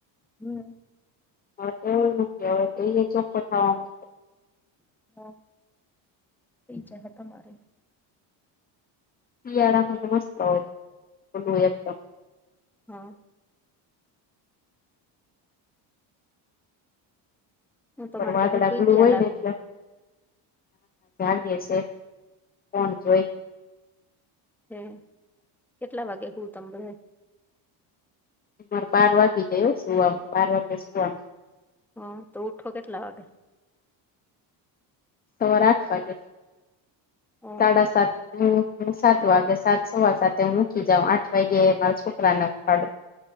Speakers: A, in the centre; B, on the left.
A: હમમ.
B: હવે તો એવું નથી હવે તો ઈ એ ચોખખો થવાનું.
A: હા પિઝા હતા તમારે
B: શિયાળા મા તો મસ્ત હોય ખુલું એકદમ.
A: હ. હું તમારે
B: <unintelligible>
A: બધા સુઈ ગયા લાગે
B: <unintelligible> ફોન જોઈને.
A: હમ્મ કેટલા વાગે હુંઉ તમે બધાય?
B: અમારે બાર વાગે ગયું સુવાનું બાર વાગ્યે સુવાનું.
A: હા તો ઉઠો કેટલા વાગે?
B: સવાર આઠ વાગે
A: હ
B: સાડા સાત હમ સાત વાગે સાત સવા સાથે હું ઊઠી જાઉ આઠ વાયગે મારા છોકરાને ઊઠાડું.